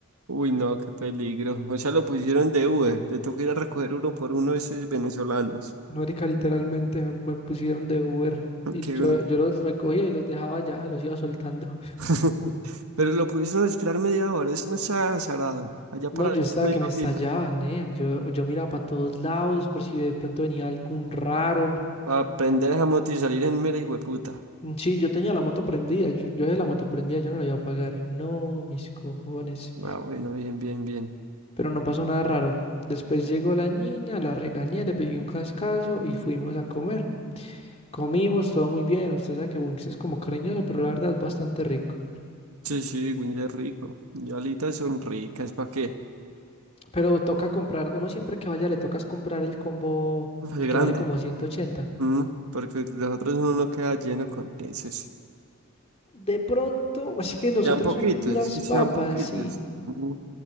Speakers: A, on the right; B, on the left.
A: Uy, no, qué peligro. O sea, lo pusieron de Uber. Le tocó ir a recoger uno por uno de esos venezolanos.
B: Marica, literalmente me, me pusieron de Uber
A: <laughs>
B: y
A: Qué
B: yo,
A: honor.
B: yo los recogía y los dejaba allá, los iba soltando.
A: <laughs> Pero lo pusieron a esperar media hora. Eso no está azarado. Allá paradito
B: No, yo estaba
A: media
B: que me
A: horita.
B: estallaba, nea. Yo, yo miraba para todos lados por si de pronto venía algún raro.
A: Para aprender a moto y salir en mera hijueputa.
B: Mm, Sí, yo tenía la moto prendida, yo, yo de la moto prendida, yo no la iba a pagar. No, mis cojones.
A: Ah, bueno, bien, bien, bien.
B: Pero no pasó nada raro. Después llegó la niña, la regañé, le pedí un cascazo y fuimos a comer. Comimos, todo muy bien. Usted sabe que Wings es como cariñoso, pero la verdad es bastante rico.
A: Sí, sí, Winnie es rico. Y alitas son ricas. ¿Para qué?
B: Pero toca comprar, uno siempre que vaya le tocas comprar el combo,
A: Muy
B: el
A: grande.
B: que vale como 180.
A: Mm, Porque los otros uno no queda lleno con esos.
B: De pronto, <laughs> así que los
A: Sean
B: otros
A: poquitos,
B: son puras
A: es que sean
B: papas,
A: poquitos.
B: sí.
A: Mm,